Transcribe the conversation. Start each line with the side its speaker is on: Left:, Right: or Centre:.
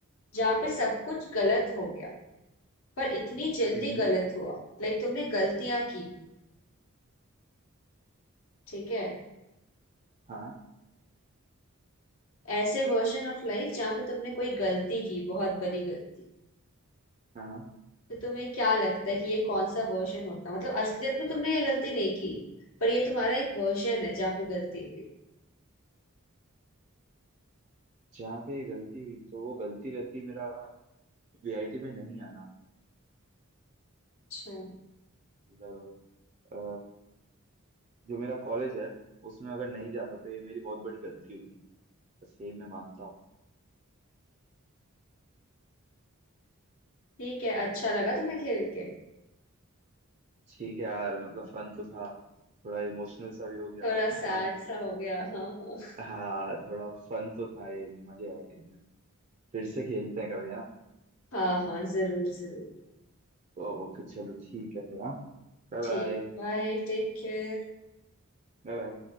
Left: जहाँ पे सब कुछ गलत हो गया पर इतनी जल्दी
Right: हम्म
Left: गलत हुआ लाइक तुमने गलतियां की ठीक है
Right: हाँ
Left: ऐसे वर्जन ऑफ लाइफ जहाँ पे तुमने कोई गलती की बहुत बड़ी गलती
Right: हाँ हाँ
Left: तो तुम्हें क्या लगता है कि ये कौन सा वर्जन होता मतलब असलियत में तुमने ये गलती नहीं की पर ये तुम्हारा एक वर्जन है जहाँ पे गलती हुई
Right: जहाँ पे गलती हुई तो वो गलती रहती मेरा वीआईटी में नहीं आना
Left: अच्छा
Right: मतलब अ, जो मेरा कॉलेज है उसमें अगर नहीं जाता तो ये मेरी बहुत बड़ी गलती होती बस यही मैं मानता हूँ
Left: ठीक है अच्छा लगा तुम्हें खेल के
Right: ठीक है यार मतलब फन तो था थोड़ा इमोशनल सा भी हो गया
Left: थोड़ा
Right: बट
Left: सैड
Right: <laughs> हाँ
Left: सा अच्छा हो गया हाँ हाँ
Right: हाँ थोड़ा फन तो था ये मजे आए खेलने में। फिर से खेलते हैं कभी है ना
Left: हाँ हाँ जरूर जरूर
Right: ओ- ओके चलो ठीक है फिर हाँ
Left: ठीक
Right: बाय
Left: है बाय टेक केयर
Right: Bye bye.